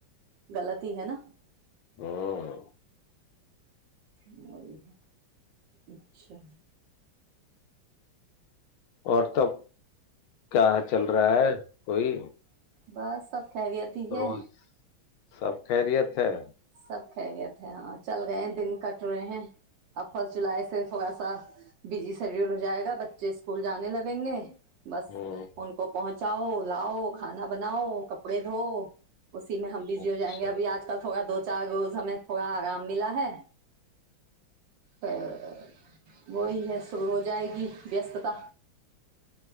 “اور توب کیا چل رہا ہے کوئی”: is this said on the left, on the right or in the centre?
Left